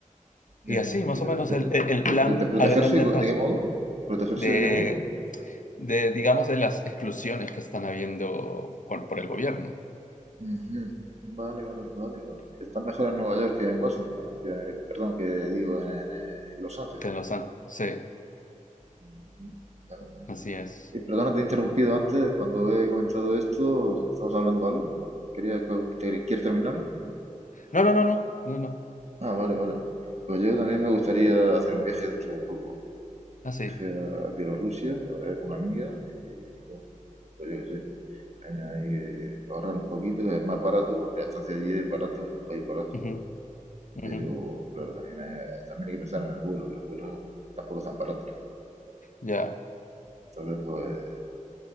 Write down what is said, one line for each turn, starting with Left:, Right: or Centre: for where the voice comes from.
Left: y
Right: De,
Left: así, más
Right: de-
Left: o menos,
Right: de-
Left: el, el el plan
Right: de- de protegerse,
Left: a grandes rasgos
Right: ¿de qué modo? ¿Protegerse
Left: de,
Right: de qué modo?
Left: de, digamos, de las exclusiones que están habiendo por, por el gobierno,
Right: Ujú. Vale, vale, vale, vale. Que están mejor en Nueva York que en Washington, que- perdón, que digo en, en- en Los Ángeles.
Left: que los han. Sí,
Right: Ujú. Vale, vale.
Left: así es.
Right: Eh, Perdona, te he interrumpido antes. Cuando he comentado esto, ¿estabas hablando algo? ¿Querías, que- te- ¿Quieres terminarlo?
Left: No, no, no, no, no, no.
Right: Ah, vale, vale. Pues yo también me gustaría hacer un viaje dentro de poco.
Left: Así.
Right: Viaje a Bielorrusia, a ver con una amiga. Y bueno, pues yo qué sé. También hay que ahorrar un poquito, es más barato, porque la estancia allí es barato, es un país barato.
Left: Ujú, ujú,
Right: Pero claro, también hay, también hay que pensar en el vuelo, que el vuelo tampoco es tan barato.
Left: Ya.
Right: Entonces, pues